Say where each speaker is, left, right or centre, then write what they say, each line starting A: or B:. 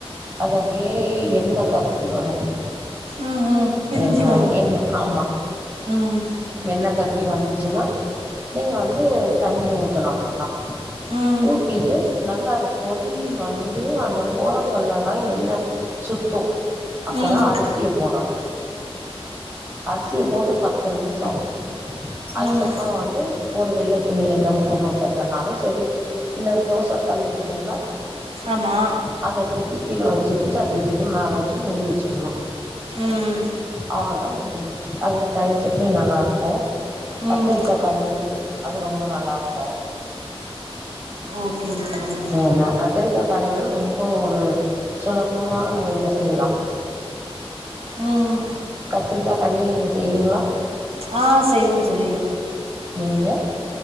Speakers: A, on the right; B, on the right.
A: அத அப்டியே எண்ண கக்கி வரோ
B: ம் ம் பிரிஞ்சு
A: என்ன
B: வரு
A: என்ன ஆமா
B: ம்
A: என்ன கக் கக்கி வந்துச்சுன்னா நீங்க வந்து தண்ணிய ஊத்தணொ அப்ப தா
B: ம்
A: ஊத்திட்டு நல்லா அத பொதுவி வந்து அந்த ஓரங்கள்லல்லா என்ன சுத்து அப்பதா
B: ம் ம்
A: அரசிய போடணு அரிசிய போட்டு பத்து நிமிஷொம் அதுக்கப்புறோ
B: ம்
A: வந்து ஒரு வெள்ள துணில தம் போட கட்டனாலு சரி இல்ல தோச கல் இருக்கும்லா
B: ஆமா
A: அததூக்கி கீழ வச்சிட்டு சட்டிய தூக்கி மேலே வச்சி மூடி வச்சிரனு
B: ம்
A: அவ்ளதா முடிஞ்சிருச்சி அதுக்கு தயிர் சட்னி நல்லாருக்கோ கத்திரிக்கா
B: ம்
A: கனியள் அது ரொம்ப நல்லா இருக்கொ
B: ஓகே ஓகே தோழி
A: ஏன கத்திரிக்கா கனியளு ரொம் இப்ப ஒரு சுலபமான முறையில செய்யலா
B: ம்
A: கத்திரிக்கா கனியல் நீங்க செய்வீங்களா
B: ஆஹ் செய்வன் தோழி
A: ங்க